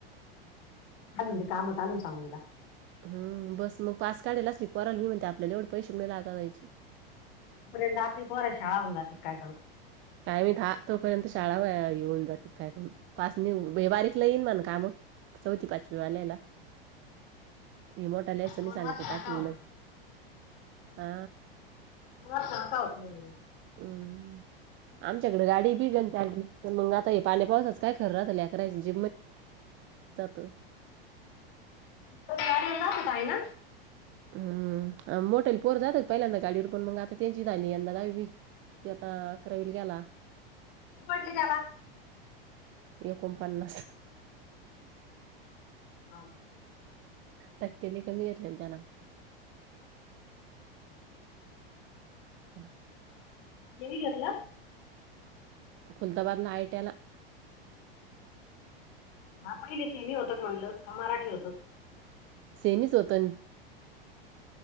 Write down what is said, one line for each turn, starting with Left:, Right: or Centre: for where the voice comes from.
Left: अजून ते काम चालून सांगूला
Right: हम् बस मग पास काढायला असली पोरांनी मी म्हणते आपल्याला तेवढे पैसे मु लागा जायचे
Left: तोपर्यंत आपली पोरांची शाळा होऊन जाते काय करण
Right: काय माहित हा तोपर्यंत शाळा येऊन जाते काय करून पास नि बारीकला येईन मण काम चौथी पाचवी वाल्याला हे मोठालेयसं
Left: दोन
Right: नाही सांगते
Left: वर्षाला
Right: आठ
Left: का होत
Right: मन हा
Left: <inaudible>
Right: हम्म आमच्याकडे गाडी बिलली मग आता हे पाण्या पावसाच काय खरं रा अकरा ज <inaudible>
Left: <unintelligible> होता आहे ना.
Right: हम्म मोठ्या पोर जातात पहिल्यांदा गाडीवर पण मग आता त्यांचीच झाली यंदा दवी त आता अकरावील गेला
Left: <unintelligible>
Right: एकोनपन्नस
Left: <unintelligible>
Right: टक्केले कमी घेतले ना त्याना <unintelligible>
Left: देवी घरला
Right: खुलताबादला आयट्याला
Left: हा पहिली सी म होत क म्हणलं का मराठी होत
Right: सेनी स्वतन